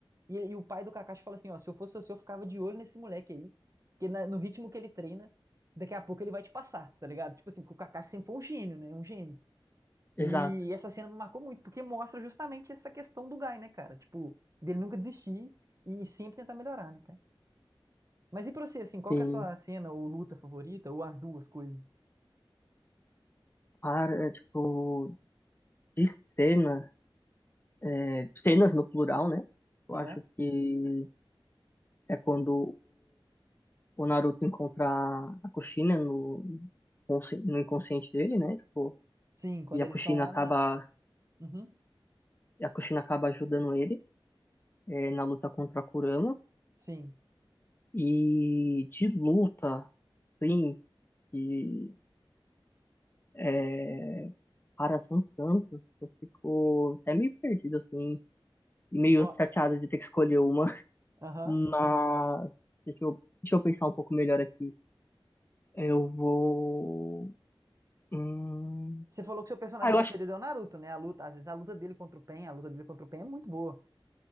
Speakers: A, on the right (about 35°); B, on the left (about 25°).
A: e, e o pai do Kakashi fala assim, ó, se eu fosse você, eu ficava de olho nesse moleque aí, porque na- no ritmo que ele treina, daqui a pouco ele vai te passar, tá ligado? Tipo assim, porque o Kakashi sempre foi um gênio, né? Um gênio.
B: exato,
A: E essa cena me marcou muito, porque mostra justamente essa questão do Guy, né, cara? Tipo, dele nunca desistir e sempre tentar melhorar, né, cara? Mas e pra você, assim, qual
B: sim.
A: que é a sua cena ou luta favorita, ou as duas coisas?
B: Para, tipo, de cena, é, cenas no plural, né? Eu
A: Aham.
B: acho que é quando o Naruto encontra a Kushina no, consci- no inconsciente dele, né? Tipo,
A: Sim, quando
B: e a
A: eles
B: Kushina
A: estão lá
B: acaba,
A: na. Uhum.
B: e a Kushina acaba ajudando ele é, na luta contra a Kurama.
A: Sim.
B: E de luta, sim, que é, cara, são tantos, eu fico até meio perdido, assim, e meio
A: No-
B: chateado de ter que escolher uma.
A: Aham.
B: Mas deixa eu, deixa eu pensar um pouco melhor aqui. Eu vou. Hum...
A: Você falou que seu personagem
B: Ah, eu
A: preferido
B: acho
A: é o Naruto, né? A luta, às vezes a luta dele contra o Pen, a luta dele contra o Pen é muito boa.